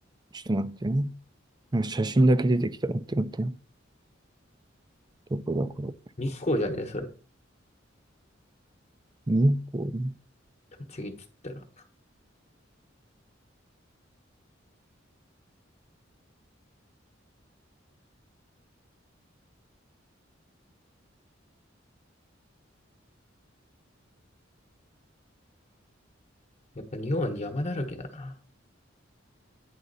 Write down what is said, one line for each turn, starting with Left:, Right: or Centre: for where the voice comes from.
Right: ちょっと待ってね。なんか写真だけ出てきた。待って待って。どこだこれ。
Left: 日光じゃねえ、それ。
Right: 日光
Left: 栃木って言ったら。やっぱ日本山だらけだな。